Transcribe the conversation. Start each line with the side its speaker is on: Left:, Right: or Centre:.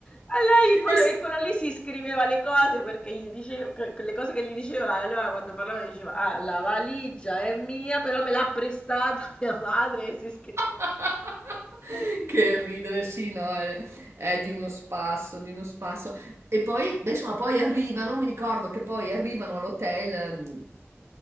Left: Allora, gli- quello,
Right: Eh sì.
Left: e quello lì si scriveva le cose perché gli dicevo, que- quelle cose che gli diceva, allora quando parlava diceva, ah, la valigia è mia, però me l'ha prestata <laughs> mia madre, e si scriveva.
Right: <laughs>
Left: E si
Right: Che ridere, sì, no, è, è di uno spasso, di uno spasso. E poi, beh, insomma, poi arrivano, mi ricordo che poi arrivano all'hotel ehm,